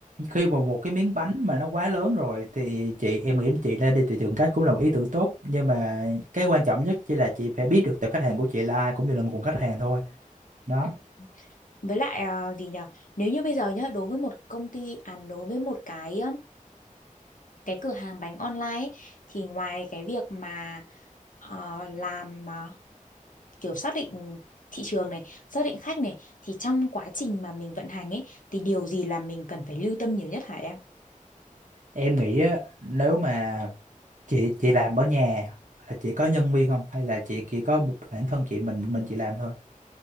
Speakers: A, on the right (about 65°); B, on the left (about 70°).
A: khi mà một cái miếng bánh mà nó quá lớn rồi thì chị em nghĩ chị lên đi thị trường cách cũng là một ý tưởng tốt nhưng mà cái quan trọng nhất chỉ là chị phải biết được tập khách hàng của chị là ai cũng như là nguồn khách hàng thôi đó
B: ừ. với lại à, gì nhở nếu như bây giờ nhá đối với một công ty à đối với một cái um, cái cửa hàng bánh online ấy, thì ngoài cái việc mà ờ, làm ờ, kiểu xác định thị trường này, xác định khách này thì trong quá trình mà mình vận hành ấy thì điều gì là mình cần phải lưu tâm nhiều nhất hả em?
A: em nghĩ á, nếu mà chị chị làm ở nhà là chị có nhân viên không hay là chị chỉ có một bản thân chị mình mình chị làm thôi